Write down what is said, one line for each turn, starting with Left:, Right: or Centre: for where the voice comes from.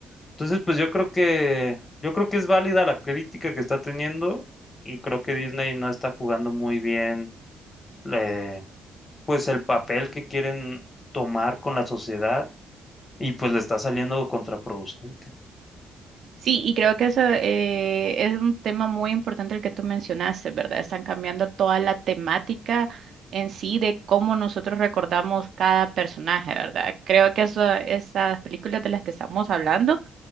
Left: Entonces, pues yo creo que, yo creo que es válida la crítica que está teniendo y creo que Disney no está jugando muy bien eh, pues el papel que quieren tomar con la sociedad y pues le está saliendo contraproducente.
Right: Sí, y creo que eso eh, es un tema muy importante el que tú mencionaste, ¿verdad? Están cambiando toda la temática en sí de cómo nosotros recordamos cada personaje, ¿verdad? Creo que eso, esas películas de las que estamos hablando